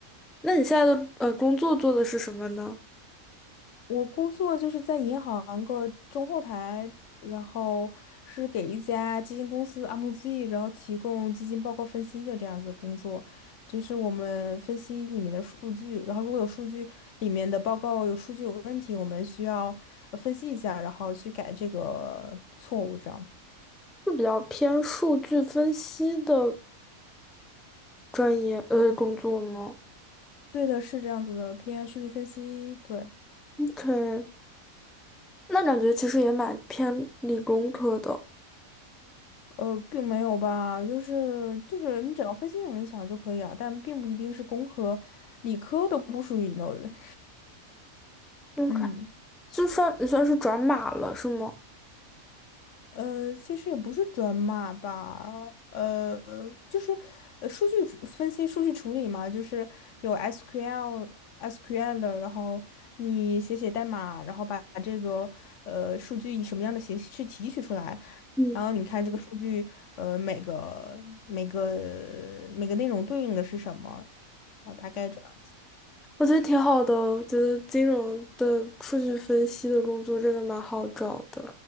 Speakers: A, in the centre; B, on the left.
A: 那你现在的呃工作做的是什么呢？
B: 我工作就是在银行个中后台，然后是给一家基金公司 MZ，然后提供基金报告分析的这样子工作，就是我们分析里面的数据，然后如果有数据里面的报告有数据有问题，我们需要呃分析一下，然后去改这个错误，这样。
A: 是比较偏数据分析的专业呃工作吗
B: 对的，是这样子的，偏数据分析，对。
A: ？OK，那感觉其实也蛮偏理工科的。
B: 呃，并没有吧，就是就是你只要分析能力强就可以啊，但并不一定是工科、理科都不属于 n
A: OK，
B: <laughs> 嗯，
A: 就算你算是转码了，是吗？
B: 呃，其实也不是转码吧，呃，就是呃数据处分析、数据处理嘛，就是有 SQL、SQL，然后你写写代码，然后把这个呃数据以什么样的形式提取出来，
A: 嗯。
B: 然后你看这个数据，呃，每个每个每个内容对应的是什么，哦，大概这样。
A: 我觉得挺好的，我觉得金融的数据分析的工作真的蛮好找的，